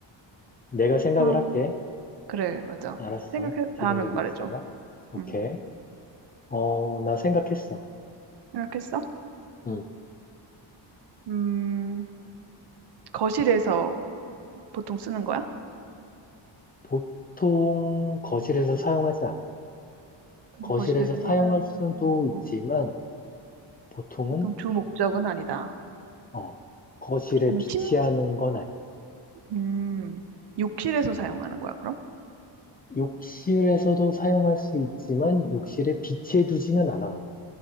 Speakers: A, on the left; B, on the right.
A: 내가 생각을
B: 아,
A: 할게.
B: 그래, 맞아.
A: 알았어.
B: 생각해,
A: 기다리고
B: 다음엔 말해줘.
A: 있어봐. 오케이.
B: 음,
A: 어, 나 생각했어.
B: 생각했어?
A: 음,
B: 음, 거실에서 보통 쓰는 거야?
A: 보통 거실에서 사용하지 않아. 거실에서
B: 거실에서
A: 사용할
B: 사용하지
A: 수도
B: 않고.
A: 있지만, 보통은,
B: 보통 주 목적은 아니다.
A: 어, 거실에
B: 그렇다면
A: 비치하는
B: 침,
A: 건 아니야.
B: 음, 욕실에서 사용하는 거야, 그럼?
A: 욕실에서도 사용할 수 있지만, 욕실에 비치해두지는 않아.